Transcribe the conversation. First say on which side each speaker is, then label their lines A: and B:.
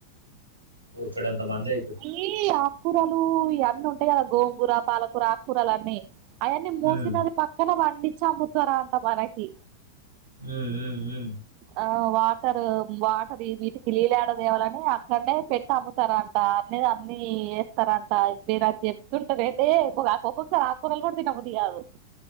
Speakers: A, on the right; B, on the right.
A: బొచ్చెడంతో మందాయిప్పు
B: ఈ ఆకుకూరలు ఇవన్నీ ఉంటాయి కదా గోంగూర పాలకూర ఆకుకూరలు అన్నీ అయన్నీ మూసీ
A: ఉమ్
B: నది పక్కన పండించి అమ్ముతారంట మనకి
A: ఊ ఊ ఊ
B: ఆ వాటర్ వాటర్ వీటికి లీలాడ దావాలని అక్కడనే పెట్టమ్ము స్తారంట అన్నది అన్నీ వేస్తారంట వేర అ చెప్తుంటారు అయితేక్కొక్క స అక్కురలు కూడా తినబుద్ధి కాదు